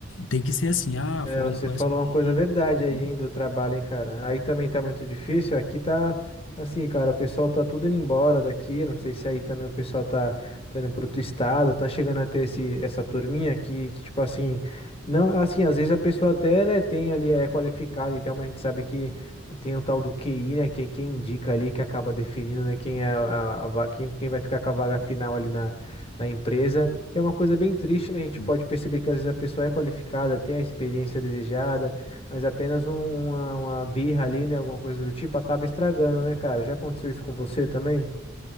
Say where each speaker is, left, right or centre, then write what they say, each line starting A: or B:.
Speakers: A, on the left; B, on the left.
A: tem que ser assim, ah,
B: É,
A: fulano
B: você
A: conhece
B: falou
A: alguém,
B: uma coisa verdade aí,
A: né?
B: hein, do trabalho, hein, cara. Aí também tá muito difícil. Aqui tá, tá assim, cara, o pessoal tá tudo indo embora daqui. Não sei se aí também o pessoal tá, tá indo pro outro estado, tá chegando a ter esse, essa turminha que, que, tipo assim, não, assim, às vezes a pessoa até, né, tem ali, é qualificada e tal, mas a gente sabe que tem o tal do QI, né, que é quem indica ali, que acaba definindo, né, quem é a, a, va- quem, quem vai ficar com a vaga final ali na, na empresa. Que é uma coisa bem triste, né? A gente
A: Hum.
B: pode perceber que às vezes a pessoa é qualificada, tem a experiência desejada, mas apenas um- uma, uma birra ali, né? Alguma coisa do tipo, acaba estragando, né, cara? Já aconteceu isso com você também?